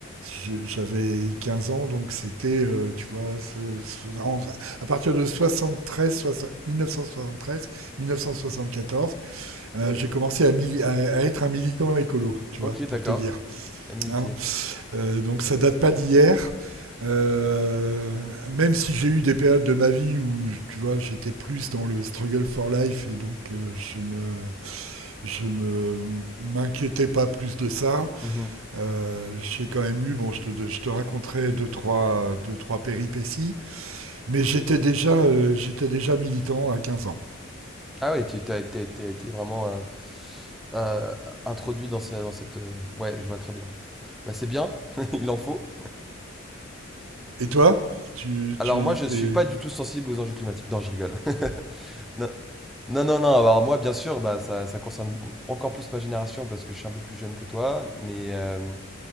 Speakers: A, on the right (about 85°); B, in the centre.
A: j- j'avais 15 ans, donc c'était, euh, tu vois, ce- ce- en- à partir de 73, soix- 1973, 1974, euh, j'ai commencé à, mili- à- à être un militant écolo, tu
B: Ok,
A: vois,
B: d'accord.
A: pour te dire.
B: T'as milité.
A: Hein, euh, donc ça date pas d'hier. Euh, même si j'ai eu des périodes de ma vie où, tu vois, j'étais plus dans le struggle for life et donc euh, je me, je me, m'inquiétais pas plus de ça.
B: Mhm.
A: Euh, j'ai quand même eu, bon, je te, je te raconterai deux trois, deux, trois péripéties, mais j'étais déjà, euh, j'étais déjà militant à 15 ans.
B: Ah ouais, tu t'as, t'as- t'as été vraiment euh, euh, introduit dans, ce- dans cette... euh, Ouais, je vois très bien. Bah c'est bien, <laughs> il en faut.
A: Et toi? Tu,
B: Alors
A: tu,
B: moi, je ne
A: t'es...
B: suis pas du tout sensible aux enjeux climatiques. Non, je rigole. <laughs> Non, Non, non, non, alors moi, bien sûr, bah, ça, ça concerne encore plus ma génération parce que je suis un peu plus jeune que toi, mais euh,